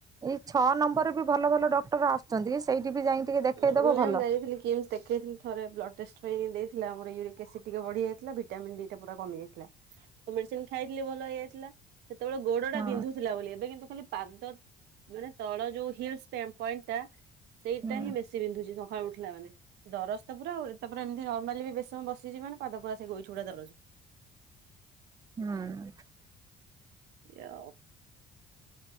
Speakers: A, on the right; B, on the right.
A: ଏଇ ଛଅ ନମ୍ବରରେ ବି ଭଲ ଭଲ ଡକ୍ଟର ଆସୁଛନ୍ତି। ସେଇଠି ବି ଯାଇକି ଟିକେ ଦେଖେଇଦବ
B: ମୁଁ ଏମତି
A: ଭଲ।
B: ଯାଇଥିଲି, କିମ୍ସ ଦେଖେଇଥିଲି। ଥରେ ବ୍ଲଡ ଟେଷ୍ଟ ପାଇଁ ଦେଇଥିଲା ମୋର ୟୁରିକ୍ ଏସିଡ଼ ଟିକେ ବଢିଯାଇଥିଲା, ଭିଟାମିନ୍ ଡ଼ି ଟା ପୁରା କମି ଯାଇଥିଲା। ମେଡିସିନ ଖାଇଥିଲି ଭଲ ହେଇଯାଇଥିଲା। ସେତେବେଳେ ଗୋଡ ଟା
A: ହଁ
B: ବିନ୍ଧୁଥିଲା ବୋଲି, ଏବେ କିନ୍ତୁ ଖାଲି ପାଦ- ମାନେ ତଳ ଯୋଉ ହିଲ୍ସ୍ ପେନ୍ ପଏଣ୍ଟ ଟା ସେଇଟା
A: ହୁଁ
B: ହିଁ ବେଶୀ ବିନ୍ଧୁଛି, ସକାଳୁ ଉଠିଲା ମାନେ। ଦରଜ ତ ପୁରା ଆଉ <unintelligible> ଏମତି ନର୍ମାଲି ବି ବେଶୀ ସମୟ ବସି ଯିବିନ ନା ପାଦ ପୁରା ସେ ଗୋଇଠି ଉଡା ଦରଜ।
A: ହୁଁ
B: ଇଆଓ